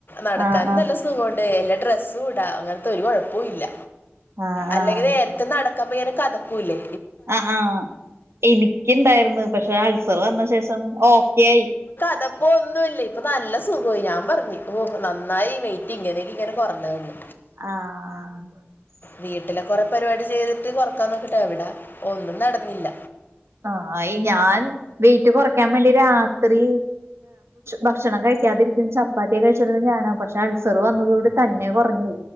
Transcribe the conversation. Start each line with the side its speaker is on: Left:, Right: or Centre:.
Left: നടക്കാനും
Right: ആഹ് ആഹ്
Left: നല്ല സുഖമുണ്ട് ല്ല ഡ്രസുംട അങ്ങനത്തെ ഒരു കുഴപ്പോല്ല
Right: ആഹ്
Left: അല്ലെങ്കിൽ
Right: ആഹ്
Left: നേരതേ നട <unintelligible> എനക്കതക്കൂല്ലേ
Right: ആ ആഹ് എനിക്ക് ഇണ്ടായിരുന്നു പക്ഷെത്സം വന്ന ശേഷം ഓക്കെയായി
Left: അതിപ്പോ ഒന്നുമില്ല ഇപ്പൊ നല്ല സുഖമായി ഞാൻ പറഞ്ഞു ഓ നന്നായി വെയിറ്റ് ഇങ്ങനെയക്ക ഇങ്ങനെ കൊറഞ്ഞതെന്ന്
Right: ആഹ
Left: വീട്ടിലെ കൊറെ പരിപാടി ചെയ്തിട്ട് കൊറക്കാൻ നോക്കിട്ടെ എവിടാ ഒന്നും നടന്നില്ല
Right: ആഹ ഞാൻ വീട്ട കുറക്കാൻ വേണ്ടി രാത്രി ഭക്ഷണം കഴ കിക്കാതിരിക്കും ചപ്പാത്തിയെ കഴിച്ചി ഞാനാ പക്ഷെ അൾസർ വന്നത കൂടി തന്നെ കുറഞ്ഞ